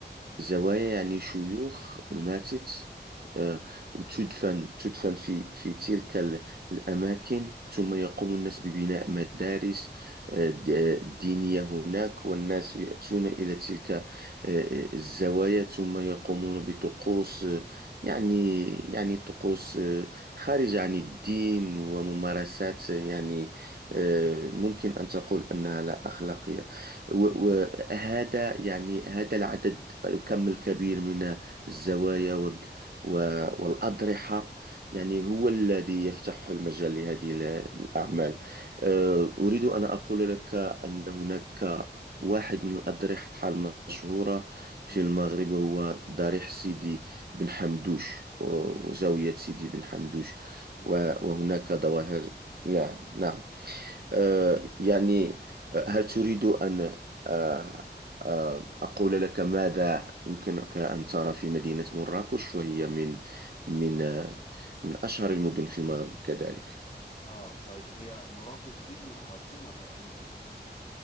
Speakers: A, on the right; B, on the left.
A: زوايا يعني شيوخ ماتت آه،
B: مم.
A: وتدفن تدفن في في تلك ال- الأماكن ثم
B: مم.
A: يقوم الناس ببناء مدارس آه، د- آه، دينية هناك والناس يأتون إلى تلك آه، آه، الزوايا ثم يقومون بطقوس آه، يعني يعني طقوس آه، خارجة عن الدين وممارسات
B: مم.
A: آه، يعني آه، ممكن أن تقول أنها لا أخلاقية وهذا يعني هذا العدد الكم الكبير من الزوايا والض- و- والأضرحة يعني
B: مم.
A: هو الذي يفتح المجال لهذه ال- الأعمال آه، أريد أن أقول لك أن هناك واحد من الأضرحة المشهورة في
B: مم.
A: المغرب هو ضريح سيدي بن حمدوش و-
B: مم.
A: وزاوية سيدي بن حمدوش
B: بن
A: و-
B: حمدوش
A: وهناك ظواهر يعني نعم
B: آه آه
A: آه، يعني آه، هل تريد أن آه، آه، أقول لك ماذا يمكنك أن ترى في مدينة مراكش وهي من من آه، من أشهر المدن في المغرب كذلك
B: آه طيب هي مراكش دي العاصمة تقريبا